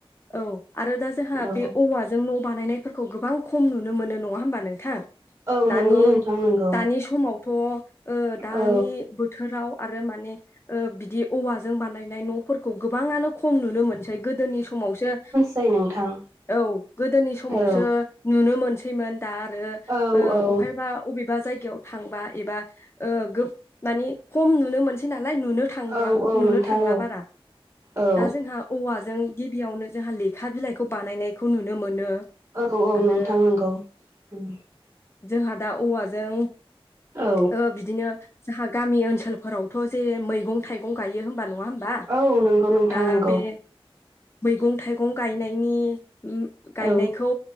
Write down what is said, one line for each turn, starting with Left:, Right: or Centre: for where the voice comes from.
Left: औ आरो दा जोंहा
Right: औ
Left: बे औवाजों न' बानायनायफोरखौ गोबां खम नुनो मोनो नङा होमबा नोंथां?
Right: औ
Left: दानि
Right: नंगौ नोंथां नंगौ
Left: दानि समावथ' ओ दानि
Right: औ
Left: बोथोराव आरो माने ओ बिदि औवाजों बानायनाय न'फोरखौ गोबाङानो खम नुनो मोनसै गोदोनि समावसो
Right: ओइ नोंथां।
Left: औ गोदोनि समावसो
Right: औ
Left: नुनो मोनसैमोन। दा आरो
Right: औ
Left: ओ
Right: औ
Left: अबहायबा अबेबा जायगायाव थांबा एबा ओ गोब माने खम नुनो मोनसै नालाय नुनो थांब्लां
Right: औ औ
Left: नुनो
Right: नोंथां
Left: थांला
Right: औ
Left: बारा
Right: औ
Left: दा जोंहा औवाजों गिबियावनो जोंहा लेखा बिलाइखौ बानायनायखौ नुनो मोनो।
Right: औ औ
Left: आरो
Right: नोंथां नंगौ उम।
Left: जोंहा दा औवाजों
Right: औ
Left: ओ बि दिनो जोंहा गामि ओनसोलफोरावथ' जे मैगं थाइगं गायो होमबा नङा होम बा
Right: औ नंगौ नोंथां
Left: दा
Right: नंगौ
Left: बे मैगं थाइगं गायनायनि उम गायनायखौ
Right: औ